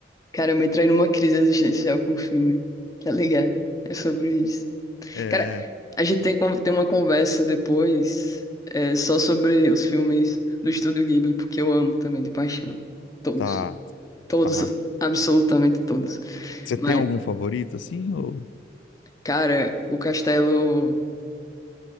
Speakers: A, on the left (about 20°); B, on the left (about 85°).
A: Cara, eu me trai numa crise existencial com o filme. Tá ligado? É sobre isso.
B: É,
A: Cara, a gente tem, con- tem uma conversa depois é, só sobre os filmes do Estúdio Ghibli, porque eu amo também, de paixão. Todos.
B: tá,
A: Todos,
B: tá.
A: absolutamente todos.
B: Você
A: Mas,
B: tem algum favorito, assim, ou
A: cara, o castelo.